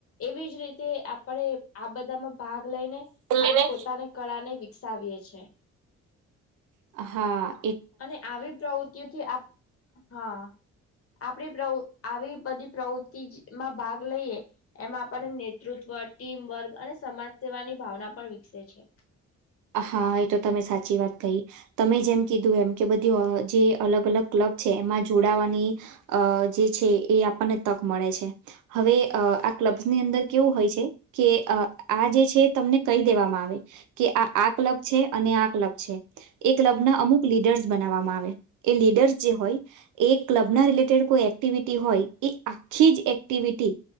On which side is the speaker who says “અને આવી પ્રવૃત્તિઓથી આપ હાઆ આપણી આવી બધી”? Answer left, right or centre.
Left